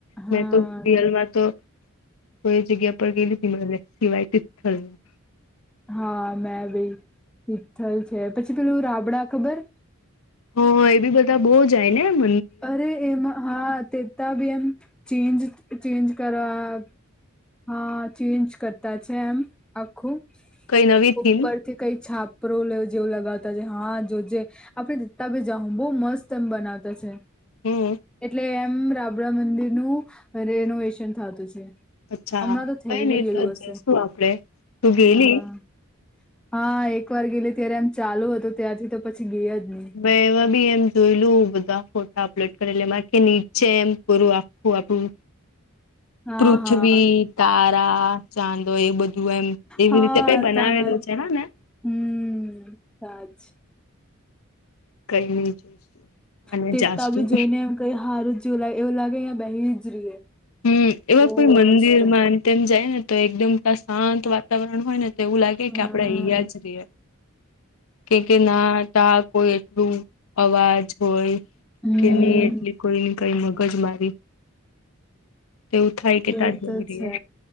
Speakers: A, in the centre; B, on the left.
A: હા
B: મેં તો રિયલ મા તો. કોઈ જગ્યા પર ગયલી મલે સિવાય તીથલ.
A: હા મેં બી તિથલ છે પછી પેલું રાબડા ખબર.
B: હ એ બી બધા બહુ જાય ને મ.
A: અરે એમાં હા તેતા બી એમ ચેન્જ ચેન્જ કરવા. હા ચેન્જ કરતા છે એમ આખું
B: કઈ નવી થીમ
A: ઉપર. તે કંઈ છાપરો લે જેવું લગાવતા છે હા જો જે. આપેતા બી <unintelligible> હ બહુ મસ્ત એમ બનાવતા છે.
B: હમ
A: એટલે એમ રાબડા મંદિરનું રેનોવેશન થાતું છે.
B: અચ્છા
A: હમણાં તો થઈ
B: કઈ નઈ
A: બી ગયેલું
B: તો
A: હશે
B: જઈશું આપડે તું ગેલી
A: હા. હા એક વાર ગેલી ત્યારે એમ ચાલુ હતું ત્યારથી તો પછી ગયા જ નહી.
B: મે એવા બી એમ જોઈ લું બધા ફોટા અપલોડ કરેલી એમાં કે નીચે એમ પરું આખું આપડું.
A: હા
B: પૃથ્વી
A: હા
B: તારા ચાંદો એ બધું. એમ એવી
A: હા
B: રીતે કઈ બનાવેલું
A: તા
B: છે હ ને.
A: હમ સા જ.
B: કઈ નહી જોઈશું. અને
A: તે
B: જાશું
A: તી જોઈને એમ કઈ હાર જવું એવું લાગે બેહી જ રહીએ.
B: હમ એવા
A: બહુ
B: કોઈ
A: મસ્ત
B: મંદિર માં તેમ જાય ને તો એકદમ શાંત વાતાવરણ હોય ને. તો એવું લાગે
A: હા
B: કે આપડે અહીંયા જ રહીએ. કે કે ના તા કોઈ એટલું અવાજ હોય.
A: હમ
B: કે ન એટલી કોઈ કઈ મગજ મારી. તેવુ થાય. કે
A: એ
B: ત્યાં જ
A: તો
B: નહી રહીએ
A: છે.